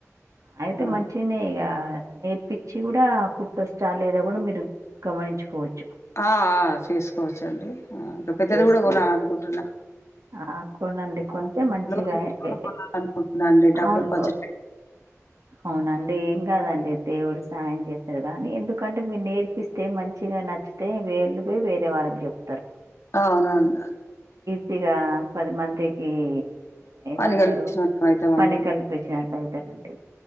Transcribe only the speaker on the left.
ఆ
ఆ చేసుకోవచ్చ అండి ఇంకా పెద్దది
కూడా కొనాల అనుకుంటున్నా
<unintelligible>
అనుకుంట రండి డబ్బులు
కొంచ
ఆవునడి
పని కల్పించినట్టు అవుతామండి